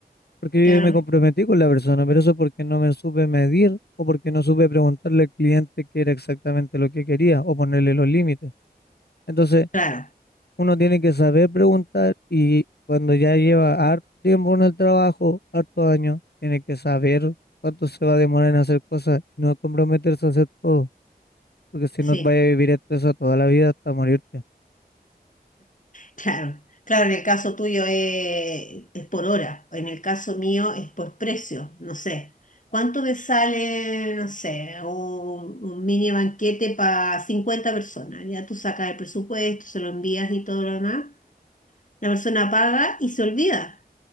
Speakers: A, on the left; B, on the left.
A: Porque
B: claro,
A: yo me comprometí con la persona, pero eso porque no me supe medir o porque no supe preguntarle al cliente qué era exactamente lo que quería o ponerle los límites. Entonces,
B: claro,
A: uno tiene que saber preguntar y cuando ya lleva harto tiempo en el trabajo, harto años, tiene que saber cuánto se va a demorar en hacer cosas y no comprometerse a hacer todo, porque si
B: sí.
A: no vaya a vivir estresado toda la vida hasta morirte.
B: Claro, claro, en el caso tuyo eh, es, por hora, en el caso mío es por precio, no sé. ¿Cuánto me sale, no sé, un, un mini banquete para 50 personas? Ya tú sacas el presupuesto, se lo envías y todo lo demás. La persona paga y se olvida.